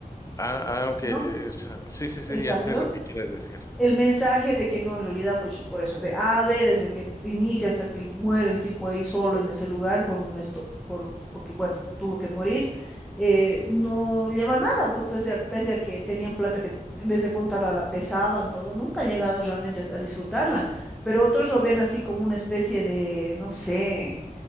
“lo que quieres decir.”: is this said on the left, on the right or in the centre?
Left